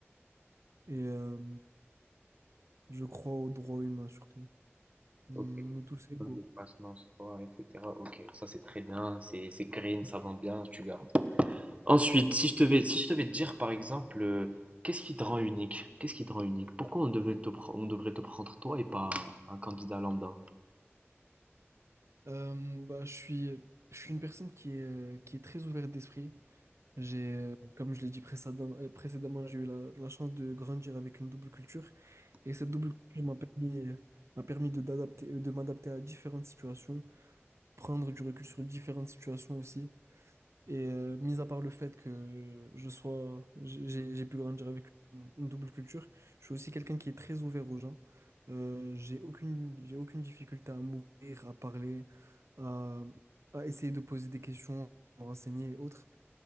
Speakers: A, on the right; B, on the right.
A: Et, euh, Je crois aux droits humains surtout. On
B: Ok,
A: est tous égaux.
B: code de passe, non, c'est pas, etc. Ok, ça c'est très bien, c'est c'est green, ça vend bien, tu gardes. Ensuite, si je te vais, si je devais te dire par exemple, euh, qu'est-ce qui te rend unique? Qu'est-ce qui te rend unique? Pourquoi on devait te pr- on devrait te prendre toi et pas un candidat lambda?
A: Euh, bah, je suis, je suis une personne qui est, euh, qui est très ouverte d'esprit. J'ai, euh, comme je l'ai dit précédemment, euh, précédemment, j'ai eu la, la chance de grandir avec une double culture. Et cette double culture m'a permis, euh, m'a permis de, d'adapter, euh, de m'adapter à différentes situations, prendre du recul sur différentes situations aussi. Et euh, mis à part le fait que je sois, j'ai j'ai- j'ai pu grandir avec une, une double culture, je suis aussi quelqu'un qui est très ouvert aux gens. Euh, j'ai aucune, j'ai aucune difficulté à m'ouvrir, à parler, à, à essayer de poser des questions, à me renseigner et autres.